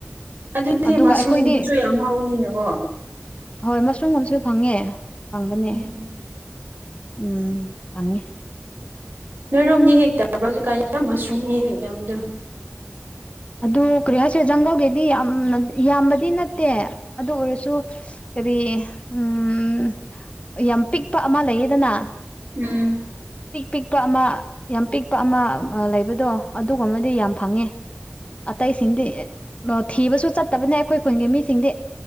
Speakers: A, on the right; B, on the left.
A: ꯑꯗꯨꯗꯤ
B: ꯑꯗꯨꯒ
A: ꯃꯁꯔꯨꯝꯒꯨꯝꯕꯁꯨ
B: ꯑꯩꯈꯣꯏꯗꯤ
A: ꯌꯥꯝ ꯍꯥꯎꯅꯤꯅꯀꯣ꯫
B: ꯍꯣꯏ ꯃꯁꯔꯨꯝꯒꯨꯝꯕꯁꯨ ꯐꯪꯉꯦ ꯐꯪꯕꯅꯦ
A: ꯎꯝ
B: ꯎꯝ ꯐꯪꯉꯦ꯫
A: ꯅꯣꯏꯔꯣꯝꯗꯤ ꯍꯦꯛꯇꯕ꯭ꯔ ꯍꯧꯖꯥꯛꯀꯥꯟ ꯌꯥꯝ ꯃꯁꯔꯨꯝ ꯍꯦꯛꯅꯕꯗꯣ꯫
B: ꯑꯗꯨ ꯀꯔꯤ ꯍꯥꯏꯁꯦ ꯖꯪꯒꯜꯒꯤꯗꯤ ꯌꯥꯝꯅ ꯌꯥꯝꯕꯗꯤ ꯅꯠꯇꯦ ꯑꯗꯨ ꯑꯣꯏꯔꯁꯨ ꯀꯔꯤ ꯎꯝ ꯌꯥꯝ ꯄꯤꯛꯄ ꯑꯃ ꯂꯩꯌꯦꯗꯅ
A: ꯎꯝ
B: ꯄꯤꯛ ꯄꯤꯛꯄ ꯑꯃ ꯌꯥꯝ ꯄꯤꯛꯄ ꯑꯃ ꯂꯩꯕꯗꯣ ꯑꯗꯨꯒꯨꯝꯕꯗꯤ ꯌꯥꯝ ꯐꯪꯉꯦ꯫ ꯑꯇꯩꯁꯤꯡꯗꯤ ꯊꯤꯕꯁꯨ ꯆꯠꯇꯕꯅꯦ ꯑꯩꯈꯣꯏ ꯈꯨꯟꯒꯤ ꯃꯤꯁꯤꯡꯗꯤ꯫